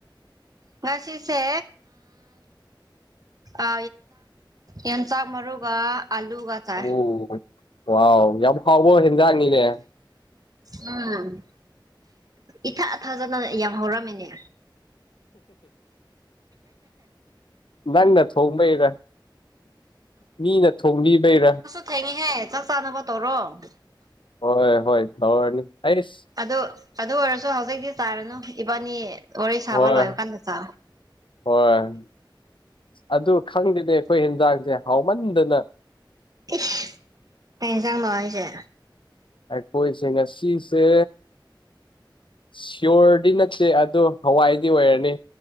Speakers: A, on the right; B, on the left.
A: ꯉꯁꯤꯁꯦ ꯎ ꯌꯣꯡꯆꯥꯛ ꯃꯔꯨꯒ ꯑꯂꯨꯒ ꯆꯥꯏ
B: ꯎ ꯋꯥꯎ ꯌꯥꯝ ꯍꯥꯎꯕ ꯍꯦꯟꯖꯥꯡꯅꯤꯅꯦ
A: ꯎꯝ ꯏꯊꯥ ꯊꯥꯖꯗꯅ ꯌꯥꯝ ꯍꯧꯔꯝꯃꯤꯅꯦ
B: ꯅꯪꯅ ꯊꯣꯡꯕꯩꯔ ꯃꯤꯅ ꯊꯣꯡꯕꯤꯕꯩꯔꯥ
A: ꯊꯦꯡꯉꯦꯍꯦ ꯆꯥꯛ ꯆꯥꯅꯕ ꯇꯧꯔꯣ
B: ꯍꯣꯏ ꯍꯣꯏ ꯊꯔꯅꯤ ꯑꯥꯏꯁ
A: ꯑꯗꯨ ꯑꯗꯨ ꯑꯣꯏꯔꯁꯨ ꯍꯧꯖꯤꯛꯇꯤ ꯆꯥꯔꯅꯨ ꯏꯕꯥꯅꯤ ꯋꯥꯔꯤ ꯁꯥꯕ
B: ꯍꯣꯏ
A: ꯂꯣꯏꯕ ꯀꯥꯟꯗ ꯆꯥ
B: ꯍꯣꯏ ꯑꯗꯨ ꯈꯪꯗꯦꯅꯦ ꯑꯩꯈꯣꯏ ꯌꯦꯟꯖꯥꯡꯁꯦ ꯍꯥꯎꯃꯟꯗꯅ
A: ꯏꯁ ꯀꯩ ꯏꯟꯖꯥꯡꯅꯣ ꯍꯥꯏꯁꯦ
B: ꯑꯩꯈꯣꯏꯁꯦ ꯉꯁꯤꯁꯦ ꯁꯤꯌꯣꯔꯗꯤ ꯅꯠꯇꯦ ꯑꯗꯣ ꯍꯋꯥꯏꯗꯤ ꯑꯣꯏꯔꯅꯤ